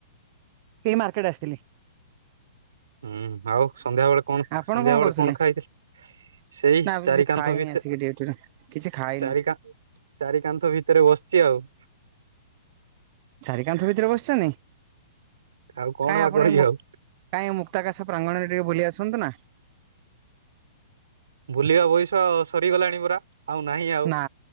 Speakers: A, on the right (about 25°); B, on the right (about 80°).
A: ଏଇ ମାର୍କେଟ ଆସଥିଲି।
B: ହୁଁ ଆଉ ସନ୍ଧ୍ୟା ବେଳେ କଣ
A: ଆପଣ
B: ସନ୍ଧ୍ୟା ବେଳେ
A: କରୁଥିଲେ?
B: କଣ ଖାଇଥିଲେ? ସେଇ
A: ନା କିଛି
B: ଚାରିିକାନ୍ଥ
A: ଖାଇନି
B: ଭିତରେ
A: ଆସିକି ଡ୍ୟୁଟିରୁ। କିଛି ଖାଇନି
B: ଚାରି କା ଚାରି କାନ୍ଥ ଭିତରେ ବସିଚି ଆଉ।
A: ଚାରି କାନ୍ଥ ଭିତରେ ବସିଚନ୍ତି?
B: ଆଉ କଣ
A: କାଇଁ
B: ବା
A: ଆପଣ
B: କରିବି
A: ଏ ମୁ
B: ଆଉ
A: କାଇଁ ଏ ମୁକ୍ତ ଆକାଶ ପ୍ରାଙ୍ଗଣରେ ଟିକେ ବୁଲି ଆସନ୍ତୁ ନା।
B: ବୁଲିବା ବୟସ ସରିଗଲାଣି ପରା। ଆଉ ନାହିଁ ଆଉ
A: ନା